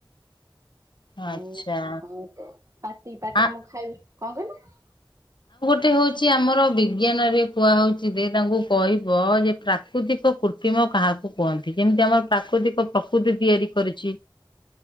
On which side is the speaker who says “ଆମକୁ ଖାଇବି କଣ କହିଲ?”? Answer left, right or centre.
Right